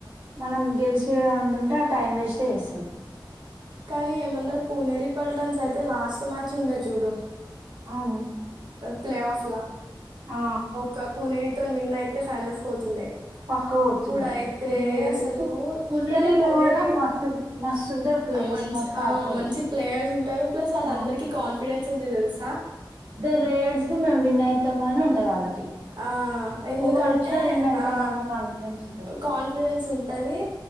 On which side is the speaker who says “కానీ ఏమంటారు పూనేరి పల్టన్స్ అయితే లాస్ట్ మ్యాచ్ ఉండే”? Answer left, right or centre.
Right